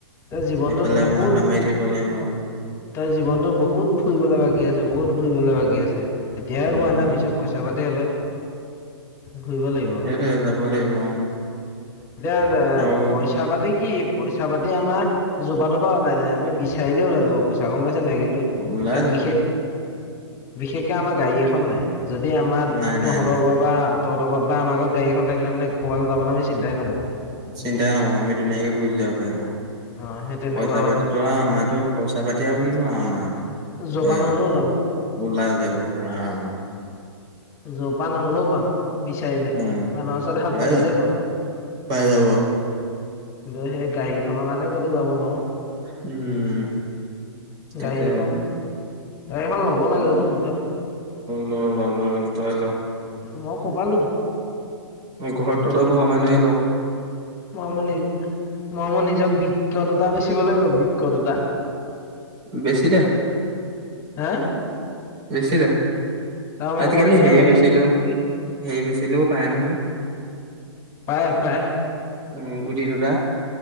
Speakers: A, on the left (about 20°); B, on the right (about 30°).
A: তেওঁ জীৱনটোত
B: এইফালে
A: বহুত
B: মাথা মাৰি থাকিব লাগিব
A: তই জীৱনতো বহুত ফুৰিবলৈ বাকী আছে বহুত ঘুৰিবলে বাকী আছে তেতিয়েহে
B: উম।
A: হোৱা নাই পিছত পইচা পাতি হলে ঘূৰিব লাগিব
B: সেইটোৱে যাব লাগিব অ
A: এতিয়া
B: আৰু
A: পইচা পাতি কি পইচা পাতি আমাৰ জ'পা ত'পা ওলাই যায় আমি বিচাৰিলেই ওলাই যাব পইচা চ গম পাইছে নাই কিন্তু
B: ওলাই যাব
A: বিশেষ বিশেষকৈ আমাৰ গাড়ী এখন নাই যদি আমাৰ
B: নাই নাই
A: তহঁতৰ
B: নাই
A: বা তহত বা আমাৰ ঘৰত গাড়ীখন থাকিলে নে ক'ৰবালৈ যাবলৈ আমি চিন্তাই নকৰো
B: চিন্তাই নহয় আমি ধুনীয়াকে গুচি যাব পাৰিম আৰু
A: অ সেই তেনেকুৱা
B: পইচা
A: কথা
B: পাতিতো আৰু আমাৰতো পইচা পাতি আৰু কিনো আমাৰ
A: জপা
B: এ
A: নহলেও ওলাব
B: ওলাই যাব প আৰামত
A: জ'পা নহ'লেও পাম বিচাৰিলে
B: উম,
A: মানুহৰ ওচৰত হাত
B: ওলাই
A: পাতিলে
B: যাব
A: পাম
B: পাই যাব।
A: কিন্তু সেই গাড়ীখনৰ কাৰণে ক'তো যাব নুৱাও
B: উম, তাকে
A: গাড়ী এখন গাড়ী এখন ল'ব লাগে
B: ল
A: অ সোনকালে
B: ল ল ল ল তয়ে ল
A: মই ক'পা ল'ম
B: ঘৰত তহঁতৰ ঘৰৰ মানুহে লও
A: মই মোৰ নি, মই মোৰ নিজৰ বিক্য দুটা বেচিব লাগিব, বিক্ক দুটা।
B: বেছি দে,
A: হা
B: বেছি দে।
A: তাৰ মই
B: আজিকালি
A: মৰি যাওঁ
B: হেই
A: নেকি
B: বেচিলো, হেই বেচিলেও পায় নহয়।
A: পায়, পায়।
B: উম গুটি দুটা।